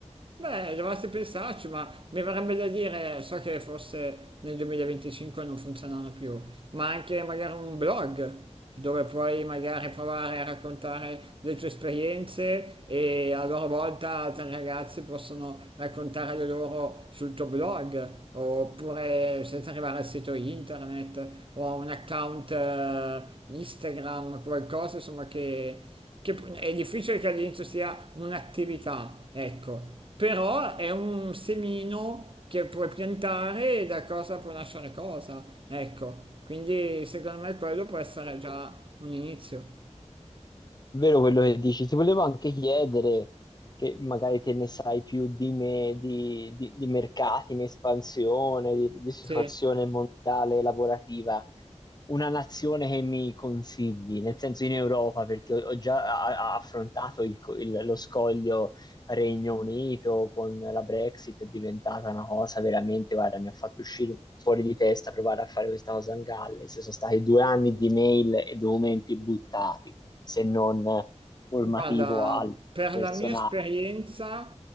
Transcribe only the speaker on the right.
Beh, dovresti pensarci, ma mi verrebbe da dire, so che forse nel 2025 non funzionano più, ma anche magari un blog dove puoi magari provare a raccontare le tue esperienze e a loro volta altri ragazzi possono raccontare le loro sul tuo blog, oppure senza arrivare al sito internet o a un account eh, Instagram, qualcosa insomma che che è difficile che all'inizio sia un'attività, ecco, però è un semino che puoi piantare e da cosa può nascere cosa, ecco, quindi secondo me quello può essere già un inizio.
Sì,
guarda,
per
la mia esperienza